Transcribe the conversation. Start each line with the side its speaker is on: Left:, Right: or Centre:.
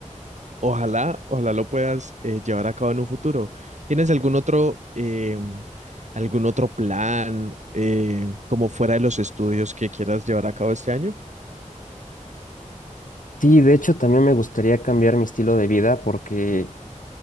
Right: Ojalá, ojalá lo puedas eh, llevar a cabo en un futuro. ¿Tienes algún otro, eh, algún otro plan eh, como fuera de los estudios que quieras llevar a cabo este año?
Left: Sí, de hecho, también me gustaría cambiar mi estilo de vida porque